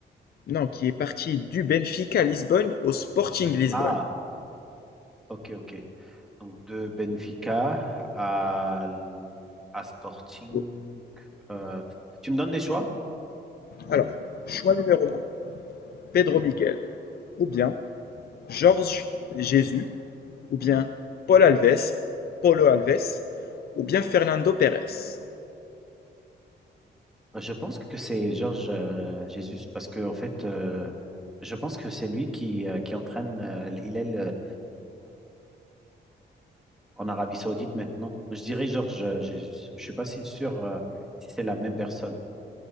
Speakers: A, on the left (about 55°); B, in the centre.
A: Non, qui est parti du Benfica Lisbonne au Sporting Lisbonne.
B: Ah, ok, ok. Donc de Benfica à, L- à Sporting.
A: Bon.
B: euh, tu me donnes des choix?
A: Alors, choix numéro un, Pedro Miguel, ou bien Jorge Jesus, ou bien Paul Alves, Paulo Alves, ou bien Fernando Pérez.
B: Je pense que c'est Georges euh, Jesus parce que en fait, euh, je pense que c'est lui qui, euh, qui entraîne euh, l'Hilal en Arabie Saoudite maintenant. Je dirais, genre, je ne suis pas si sûr euh, si c'est la même personne.